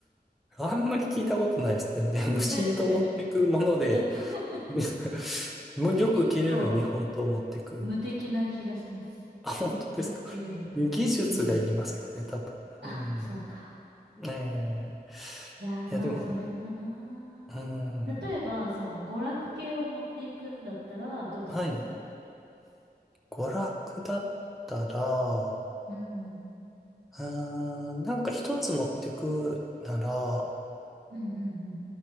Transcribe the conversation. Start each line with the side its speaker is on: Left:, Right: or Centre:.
Centre: あんまり聞いたことないですけどね。<laughs> 無心と持ってくもので、
Right: う。ないですかね。<laughs>
Centre: <laughs> もうよく切れる日本刀を持ってくみたい
Right: 結構無敵な気がします。
Centre: な。あ、本当ですか。
Right: よく切れる。むうん。
Centre: 技術がいりますけどね、多分。
Right: あ、
Centre: うん。
Right: そうか。
Centre: え
Right: いやー、
Centre: えいや、
Right: まあ、
Centre: でも、
Right: それかな。
Centre: うん。
Right: 例えば、その、娯楽系を持っていくんだったら、どうします
Centre: はい。娯楽だったら、
Right: うん。うん
Centre: うん、なんか一つ持ってくなら、
Right: うんうん。